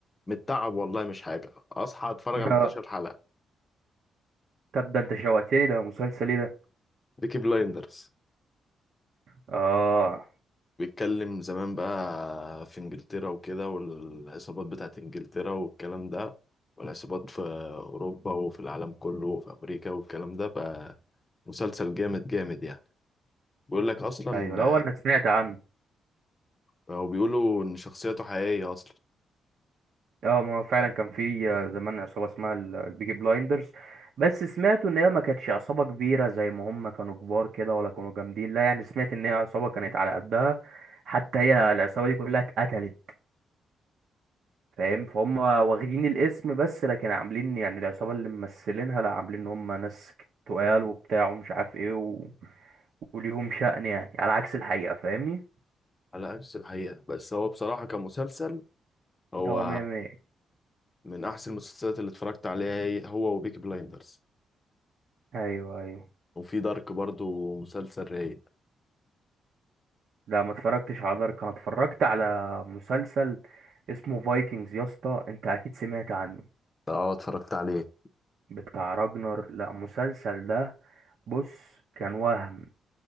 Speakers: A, on the left (about 20°); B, on the right (about 60°).
A: من التعب والله مش حاجة اصحى اتفرج
B: اه
A: على 12 حلقة
B: طب ده انت شوقتني ده مسلسل ايه ده
A: بيكي بلايندرز
B: اه
A: بيتكلم زمان بقى في انجلترا وكده والعصابات بتاعت انجلترا والكلام ده والعصابات في اوروبا وفي العالم كله وفي امريكا والكلام ده بقى مسلسل جامد جامد يعني بيقول لك اصلا
B: ايوه لا هو انا سمعت عنه
A: هو بيقولوا ان شخصيته حقيقية اصلا
B: اه ما هو فعلا كان في آه، زمان عصابه اسمها ال- البيجي بلايندرز بس سمعت ان هي ما كانتش عصابه كبيره زي ما هم كانوا كبار كده ولا كانوا جامدين لا يعني سمعت ان هي عصابه كانت على قدها حتى هي العصابه دي كلها اتقتلت فاهم فهم واخدين الاسم بس لكن عاملين يعني العصابة اللي ممثلينها لا عاملين ان هم ناس تقال وبتاع ومش عارف ايه و... وليهم شأن يعني على عكس الحقيقة فاهمني
A: على عكس الحقيقة بس هو بصراحة كمسلسل هو
B: ده هو مية مية
A: من احسن المسلسلات اللي اتفرجت عليها هي- هو وبيكي بلايندرز
B: ايوه ايوه
A: وفي دارك برضو مسلسل رايق
B: لا ما اتفرجتش على دارك انا اتفرجت على مسلسل اسمه فايكنجز يا اسطى انت اكيد سمعت عنه
A: اه اتفرجت عليه
B: بتاع راجنر لا المسلسل ده بص كان وهم